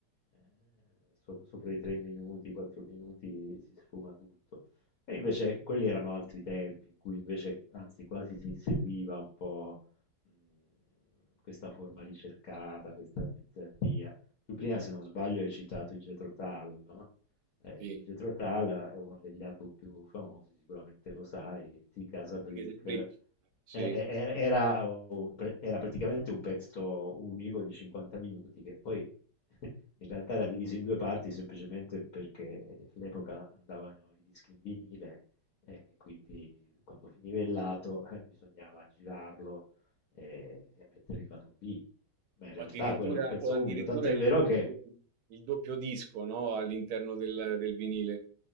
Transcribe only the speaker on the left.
eh, so- sopra i tre minuti, quattro minuti si sfuma tutto. E invece quelli erano altri tempi in cui invece, anzi, quasi si seguiva un po' mh, questa forma ricercata, questa bizzarria. Tu prima, se non sbaglio, hai citato i Jethro Tull, no? Eh,
il Jethro Tull è uno degli album più famosi, sicuramente lo sai, di Casa Brick
e-
e- e- Era, un pre- era praticamente un pezzo unico di 50 minuti che poi <laughs> in realtà era diviso in due parti semplicemente perché all'epoca andavano i dischi in vinile e quindi quando finiva il lato <laughs> eh, bisognava girarlo e, e mettere il lato B. Ma in realtà
quello era un pezzo
unico, tant'è
vero
che,